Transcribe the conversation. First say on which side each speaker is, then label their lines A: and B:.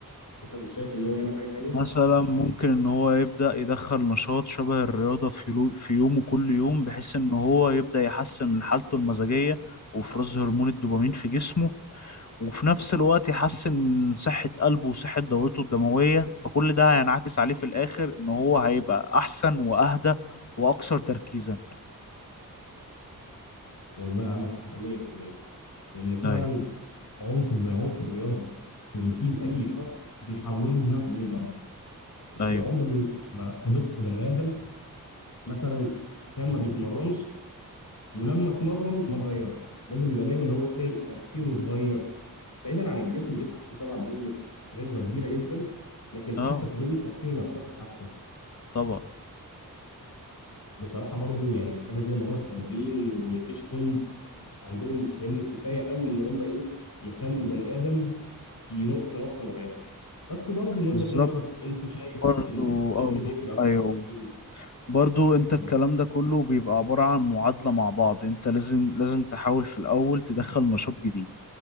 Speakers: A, on the left (about 70°); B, on the left (about 55°).
A: مثلا شايف ان هو يعمل حاجه تانية
B: مثلا ممكن ان هو يبدأ يدخل نشاط شبه الرياضة في لو- في يومه كل يوم بحيث ان هو يبدأ يحسن من حالته المزاجية وافراز هرمون الدوبامين في جسمه وفي نفس الوقت يحسن من صحة قلبه وصحة دورته الدموية فكل ده هينعكس عليه في الآخر ان هو هيبقى احسن واهدى واكثر تركيزا
A: والله عندك حق 100% لان فعلا
B: ايوه
A: عنصر زي عنصر الرياضه في روتين اي شخص بيحوله 180 درجه يعني
B: ايوه
A: عمري ما صادفت بني ادم مثلا كان ما بيتمرنش ولما اتمرن ما اتغيرش لازم بيبقى دايما اللي هو إيه، تلاقي تفكيره اتغير بعيدا عن الجسم بيتحسن طبعا بنسبه بنسبه كبيره جدا لكن
B: اه
A: حتى طريقه تفكيره نفسها بتتحسن
B: طبعا
A: بصراحه برضو يعني حاجه زي موضوع التمرين والمديتيشن اظن عندهم فاهمني كفايه قوي ان هم ايه يخلوا البني ادم ينط نطه مرعبه بس برضو من وجهه
B: بالظبط
A: نظرك انت شايف
B: برضو
A: ال- ايه
B: اه
A: اللي بيفرق اكتر؟
B: ايوه
A: ايه
B: برضو انت الكلام
A: اتفضل
B: ده كله بيبقى عبارة عن معادلة مع بعض انت لازم لازم تحاول في الأول تدخل نشاط جديد